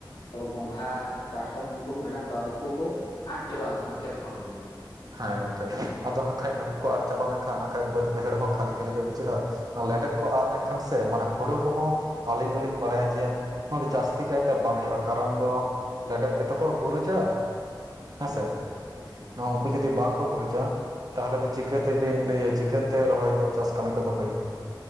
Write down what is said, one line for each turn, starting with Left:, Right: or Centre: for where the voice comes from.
Left: ᱛᱟᱨᱯᱚᱨ ᱜᱚᱝᱜᱷᱟ, ᱠᱟᱴᱠᱚᱢ, ᱩᱱᱠᱩ ᱠᱚ ᱢᱮᱱᱟᱜ ᱠᱚᱣᱟ᱾ ᱩᱱᱠᱩ ᱠᱚ ᱟᱫ ᱪᱟᱵᱟᱜᱼᱟ ᱠᱷᱮᱛ ᱠᱷᱚᱱ ᱜᱮ᱾
Right: ᱦᱮᱸ ᱜᱚᱝᱠᱮ ᱟᱫᱚ ᱵᱟᱝᱠᱷᱟᱡ ᱱᱩᱠᱩ ᱠᱚ ᱟᱫ ᱪᱟᱵᱟ ᱞᱮᱱᱠᱷᱟᱱ ᱠᱷᱟᱡ, ᱵᱟᱹᱫ ᱵᱟᱹᱭᱦᱟᱹᱲ ᱦᱚᱸ ᱠᱷᱟᱹᱞᱤ ᱠᱷᱟᱹᱞᱤ ᱜᱮ ᱵᱩᱡᱷᱟᱹᱜᱼᱟ᱾ ᱞᱮᱸᱰᱮᱛ ᱠᱚ ᱟᱫ ᱞᱮᱱᱠᱷᱟᱱ ᱥᱮ ᱢᱟᱱᱮ ᱦᱳᱲᱳ ᱠᱚᱦᱚᱸ ᱟᱹᱞᱤᱧ ᱫᱚᱞᱤᱧ ᱵᱟᱲᱟᱭᱟ ᱡᱮ ᱱᱚᱣᱟ ᱫᱚ ᱡᱟᱹᱥᱛᱤ ᱠᱟᱭᱛᱮ ᱵᱟᱝ ᱦᱩᱭᱩᱜᱼᱟ᱾ ᱠᱟᱨᱚᱱ ᱫᱚ ᱞᱮᱰᱮᱫ ᱜᱮᱛᱮ ᱠᱚ ᱜᱩᱨᱤᱪᱟ ᱦᱮᱸᱥᱮ,
Left: ᱦᱳᱭ ᱦᱮᱸ
Right: ᱱᱚᱣᱟ ᱩᱱᱠᱩ ᱡᱚᱫᱤ ᱵᱟᱝ ᱠᱚ ᱜᱩᱨᱤᱪᱟ? ᱛᱟᱦᱚᱞᱮ ᱫᱚ ᱪᱤᱠᱟᱹ ᱛᱮᱵᱤᱱ ᱤᱭᱟᱹ ᱪᱤᱠᱟᱹ ᱛᱮ ᱨᱚᱦᱚᱭ ᱫᱚ ᱪᱟᱥ ᱠᱟᱹᱢᱤ ᱠᱚᱫᱚ ᱦᱩᱭᱩᱜᱼᱟ?